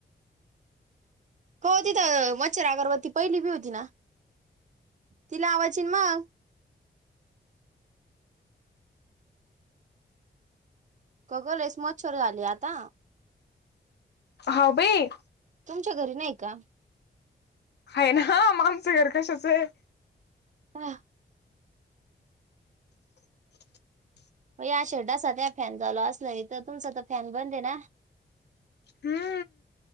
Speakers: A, on the right (about 40°); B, on the left (about 70°).
A: का ओ तिथं मच्छर अगरबत्ती पहिली बी हुती ना तिला आवाचीन मग कगलेस मच्छर झाले आता
B: हा बाई
A: तुमच्या घरी नाय का
B: आहे ना म आमचं घर कशाचं आय
A: हा
B: <inaudible>
A: म या अशा डासा त्या फॅन चालू असलं इथं तुमचा तर फॅन बंद ए ना
B: हम्